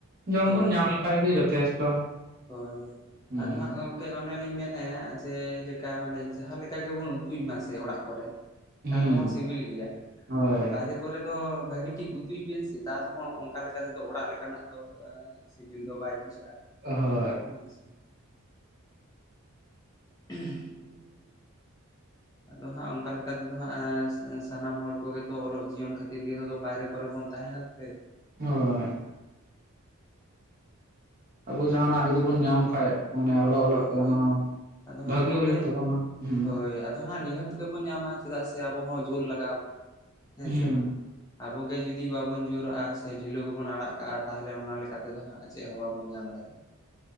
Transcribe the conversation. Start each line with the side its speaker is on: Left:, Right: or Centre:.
Right: ᱡᱚᱢ
Left: ᱦᱳᱭ
Right: ᱵᱚᱱ ᱧᱟᱢ ᱞᱮᱠᱷᱟᱡ ᱜᱮ ᱡᱚᱛᱷᱮᱥᱴᱚ᱾
Left: ᱦᱳᱭ
Right: ᱦᱩᱸ
Left: ᱟᱫᱚ ᱦᱟᱸᱜ ᱜᱚᱢ ᱜᱚᱢᱠᱮ ᱚᱱᱮᱞᱤᱧ ᱢᱮᱱ ᱮᱜ ᱟ ᱡᱮᱞᱮᱠᱟ ᱢᱟᱱᱮ ᱡᱟᱦᱟᱸ ᱞᱮᱠᱟ ᱜᱮᱵᱚᱱ ᱩᱛᱩᱭ ᱢᱟ ᱥᱮ ᱚᱲᱟᱜ ᱠᱚᱨᱮ
Right: ᱦᱩᱸ
Left: ᱛᱟᱦᱟᱱᱳ ᱦᱚᱸ ᱥᱤᱵᱤᱞ ᱜᱮᱭᱟ᱾
Right: ᱦᱳᱭ
Left: ᱟᱨ ᱵᱟᱭᱨᱮ ᱠᱚᱨᱮ ᱫᱚ ᱵᱷᱟᱹᱜᱤ ᱴᱷᱤᱠ ᱩᱛᱩᱭ ᱵᱮᱱ ᱥᱮ ᱛᱟᱣ ᱨᱮᱦᱚᱸ ᱚᱱᱠᱟ ᱞᱮᱠᱟ ᱛᱮᱫᱚ ᱚᱲᱟᱜ ᱞᱮᱠᱟᱱᱟᱜ ᱫᱚ ᱥᱤᱵᱤᱞ ᱫᱚ ᱵᱟᱭ ᱵᱩᱡᱷᱟᱹᱜᱼᱟ᱾
Right: ᱚᱦᱚ᱾
Left: ᱦᱳᱭ ᱥᱮ <unintelligible>
Right: <inaudible>
Left: ᱟᱫᱚ ᱦᱟᱸᱜ ᱚᱱᱠᱟ ᱞᱮᱠᱟᱛᱮᱫᱚ ᱦᱟᱸᱜ ᱮ ᱥᱟᱱᱟᱢ ᱦᱚᱲ ᱠᱚᱜᱮ ᱛᱚ ᱚᱞᱚᱜ ᱡᱤᱭᱚᱱ ᱠᱷᱟᱹᱛᱤᱨ ᱜᱮ ᱵᱟᱭᱨᱮ ᱠᱚᱨᱮ ᱵᱚᱱ ᱛᱟᱦᱮᱸ ᱱᱟᱥᱛᱮ᱾
Right: ᱦᱳᱭ᱾ ᱟᱵᱚ ᱡᱟᱦᱱᱟᱜ ᱡᱩᱚᱫᱤ ᱵᱚᱱ ᱧᱟᱢ ᱠᱷᱟᱡ᱾ ᱢᱟᱱᱮ ᱚᱞᱚᱜ
Left: ᱦᱳᱭ
Right: ᱚᱞᱚᱜ ᱛᱮ
Left: ᱦᱳᱭ
Right: ᱚᱱᱟ
Left: ᱟᱫᱚ
Right: ᱵᱷᱟᱜᱤ
Left: ᱦᱟᱸᱜ ᱜᱚᱝᱠᱮ
Right: ᱦᱩᱭᱩᱜ ᱛᱟᱵᱚᱱᱟ ᱦᱩᱸ᱾
Left: ᱦᱳᱭ ᱟᱫᱚ ᱦᱟᱸᱜ ᱱᱤᱦᱟᱹᱛ ᱜᱮᱵᱚᱱ ᱧᱟᱢᱟ ᱪᱮᱫᱟᱜ ᱥᱮ ᱟᱵᱚ ᱦᱚᱸ ᱡᱳᱩᱞ ᱞᱟᱜᱟᱣ ᱟᱵᱚᱱᱟ ᱦᱮᱸ
Right: ᱦᱩᱸ
Left: ᱥᱮ ᱵᱟᱝ? ᱟᱵᱚᱜᱮ ᱡᱩᱫᱤ ᱵᱟᱵᱚᱱ ᱡᱳᱨᱟᱜᱼᱟ, ᱥᱮ ᱰᱷᱤᱞᱟᱹ ᱜᱮᱵᱚᱱ ᱟᱲᱟᱜ ᱠᱟᱜᱼᱟ, ᱛᱟᱦᱚᱞᱮ ᱚᱱᱟ ᱞᱮᱠᱟ ᱛᱮᱫᱚ ᱦᱟᱸᱜ ᱪᱮᱫ ᱦᱚᱸ ᱵᱟᱵᱚᱱ ᱧᱟᱢ ᱫᱟᱲᱮᱭᱟᱜᱼᱟ ᱾